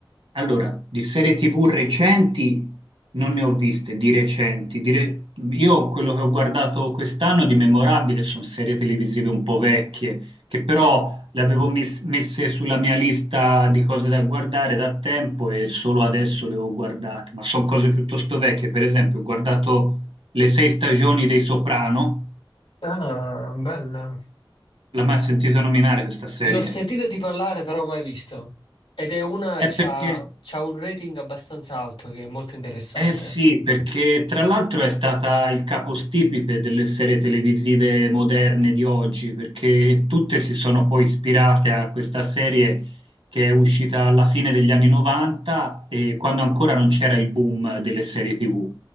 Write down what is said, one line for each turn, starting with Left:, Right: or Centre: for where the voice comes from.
Right: allora, di serie TV recenti non ne ho viste, di recenti. Di re- Io quello che ho guardato quest'anno di memorabile sono serie televisive un po' vecchie, che però
Left: Mm.
Right: le avevo mes- messe sulla mia lista di cose da guardare da tempo e solo adesso le ho guardate, ma sono cose piuttosto vecchie. Per esempio, ho guardato le sei stagioni dei Soprano
Left: Ah, bella.
Right: l'ha mai sentito nominare questa serie?
Left: L'ho sentito di parlare, però mai visto. Ed è una,
Right: È
Left: c'ha,
Right: perché,
Left: c'ha un rating abbastanza alto, che è molto interessante.
Right: Eh sì, perché tra l'altro è stata il capostipite delle serie televisive moderne di oggi, perché tutte si sono poi ispirate a questa serie che è uscita alla fine degli anni 90 e quando ancora non c'era il boom delle serie TV.